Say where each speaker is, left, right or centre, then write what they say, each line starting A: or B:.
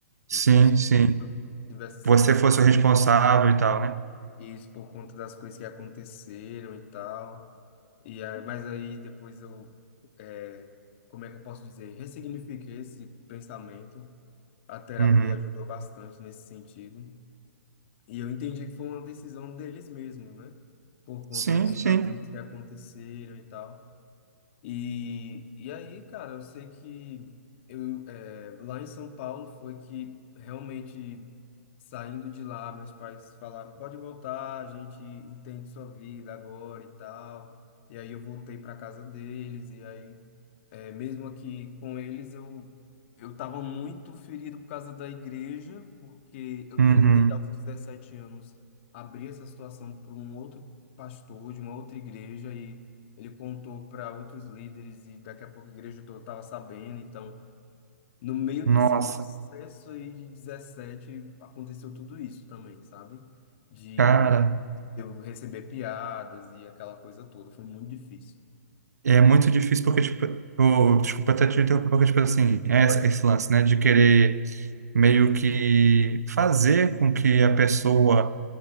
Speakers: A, on the right (about 80°); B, on the left (about 45°).
A: Sim,
B: De como
A: sim.
B: tivesse
A: Você
B: sido a-
A: fosse o responsável e tal, né?
B: isso por conta das coisas que aconteceram e tal. E aí, mas aí depois eu, é, como é que eu posso dizer? Ressignifiquei esse pensamento. A terapia
A: Uhum.
B: ajudou bastante nesse sentido. E eu entendi que foi uma decisão deles mesmos, né? Por conta
A: Sim,
B: dos
A: sim.
B: atritos que aconteceram e tal. E, e aí, cara, eu sei que eu, é, lá em São Paulo foi que realmente, saindo de lá, meus pais falaram: pode voltar, a gente entende sua vida agora e tal. E aí eu voltei para casa deles, e aí é, mesmo aqui com eles, eu eu estava muito ferido por causa da igreja, porque eu
A: Uhum.
B: tentei aos 17 anos abrir essa situação para um outro pastor de uma outra igreja e ele contou para outros líderes e daqui a pouco a igreja toda estava sabendo. Então, no meio
A: Nossa,
B: desse processo aí de 17, aconteceu tudo isso também, sabe? De
A: cara,
B: eu receber piadas e aquela coisa toda, foi muito difícil.
A: é muito difícil porque, tipo, eu- desculpa até te interromper, porque, tipo assim, é essa-
B: E
A: esse lance, né, de querer meio que fazer com que a pessoa